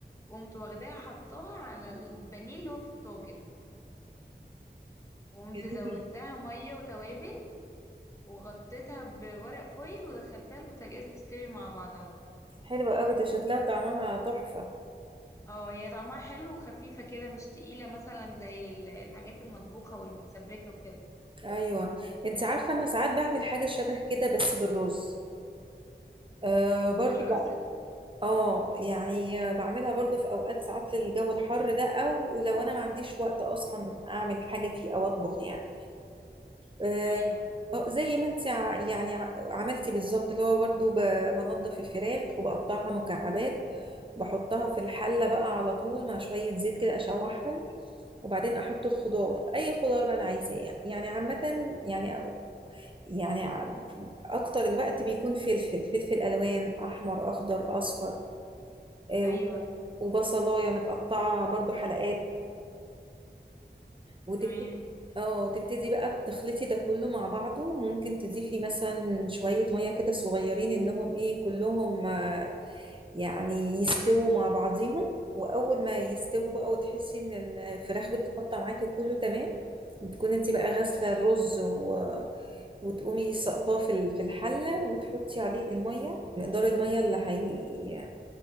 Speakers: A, on the left (about 15°); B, on the right (about 30°).
A: وقمت واخداها حطاها على البانيه اللي هو في الطاجن وقمت
B: جميل
A: زودتها مية وتوابل وغطيتها بورق فويل ودخلتها البوتاجاز تستوي مع بعضها
B: حلو قوي ده شكلها طعمها تحفة
A: اه هي طعمها حلو وخفيفة كده مش تقيلة مثلا زي ال- الحاجات المطبوخة والمتسبكة وكده
B: ايوه انت عارفة انا ساعات بعمل حاجة شبه كده بس بالرز آه برضو
A: بالرز
B: بقى اه يعني بعملها برضو في اوقات ساعات للجو الحر ده او لو انا ما عنديش وقت اصلا اعمل حاجة فيه او اطبخ يعني آه،
A: ايوه
B: اه زي ما انت ع- يعني ع- عملتي بالظبط اللي هو برضه بنضف الفراخ وبقطعها مكعبات بحطها في الحلة بقى على طول مع شوية زيت كده اشوحهم وبعدين احط الخضار اي خضار بقى انا عايزاه يعني يعني عامة يعني يعني ع- اكتر الوقت بيكون فلفل فلفل الوان احمر اخضر اصفر آه،
A: ايوه
B: وبصلاية متقطعة برضو حلقات وتبتدي
A: تمام
B: اه تبتدي بقى بتخلطي ده كله مع بعضه ممكن تضيفي مثلا شوية مية كده صغيرين انهم ايه كلهم آه، يعني يستووا مع بعضيهم واول ما يستووا بقى وتحسي ان الفراخ بتتقطع معاكي وكله تمام بتكون انت بقى غاسلة الرز و... وتقومي سقطاه في ال- في الحلة وتحطي عليه المية مقدار المية اللي هي...